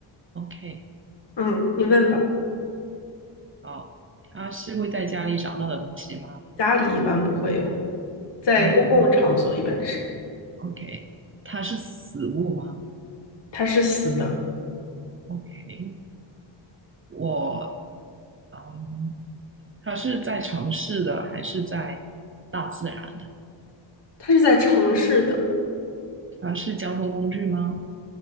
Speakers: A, on the right; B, on the left.
A: ，OK，
B: 嗯，你问吧。
A: 好，它是会在家里找到的东西吗？
B: 家里一般不会有，在公共场所一般是，
A: 家里不会，OK，它是死物吗
B: 它是死的，
A: ？OK，我，嗯。它是在城市的还是在大自然的？
B: 它是在城市的，
A: 它是交通工具吗？